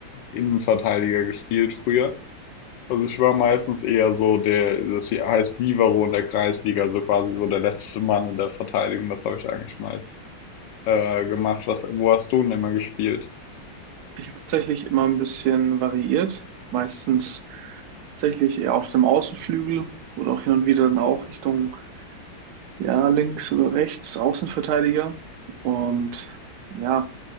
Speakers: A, on the left; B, on the right.
A: Innenverteidiger gespielt früher. Also ich war meistens eher so der, das hier heißt Libero in der Kreisliga, also quasi so der letzte Mann in der Verteidigung. Das habe ich eigentlich meistens äh, gemacht. Was, wo hast du denn immer gespielt?
B: Ich habe tatsächlich immer ein bisschen variiert. Meistens tatsächlich eher auf dem Außenflügel oder auch hin und wieder dann auch Richtung, ja, links oder rechts, Außenverteidiger. Und ja,